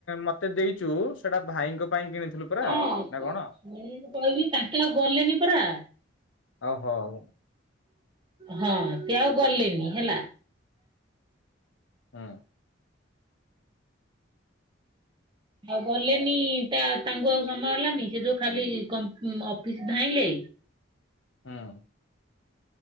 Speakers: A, on the left (about 80°); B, on the right (about 25°).
A: ମତେ ଦେଇଛୁ। ସେଟା ଭାଇଙ୍କ ପାଇଁ କିଣିଥିଲୁ। ପରା
B: ହଁ
A: ନା କଣ?
B: ମୁଁ କହିବି ତାଙ୍କେ ଆଉ ଗଲେନି ପରା।
A: ଓଉହୋ ହଉ
B: ହଁ ସେ ଆଉ ଗଲେନି ହେଲା।
A: ହଁ
B: ଆଉ ଗଲେନି ତା ତାଙ୍କୁ ଆଉ ସମୟ ହେଲାନି ସେ ଯୋଉ ଖାଲି ଅଫିସ ଧାଇଁଲେ।
A: ହଁ